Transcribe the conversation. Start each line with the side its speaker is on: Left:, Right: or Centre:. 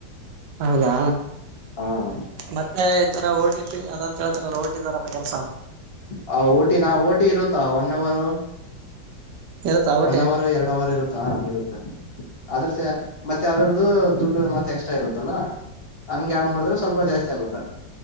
Right: ಹೌದಾ
Left: ಹಾ
Right: ಮತ್ತೆ ರ ಟಿ ಪಿ ಅದಂತ ಹೇಳ್ತಾರಲ್ಲ ಟಿ ತರಪ್ಪ ಕೆಲ್ಸ
Left: ಹ ಓಟಿ ನಾ ಓಟಿ ಇರುತ್ತಾ ಒನ್ ಅವರ್
Right: ಇರುತ್ತಾ ಓಟಿ
Left: ಒನ್ ಅವರ್ ಎರಡು ಅವರ್ ಇರುತ್ತ ಹ ಇರುತ್ತೆ ಆದ್ರಸ ಮತ್ತೆ ಅದ್ರ್ದು ದುಡ್ಡು ಮತ್ತೆ ಎಕ್ಸ್ಟ್ರ ಇರುತ್ತಲ್ಲಾ ಹಂಗಗೆ ಆಡು ಮಾಡಿದ್ರೆ ಸ್ವಲ್ಪ ಜಾಸ್ತಿ ಆಗುತ್ತಾ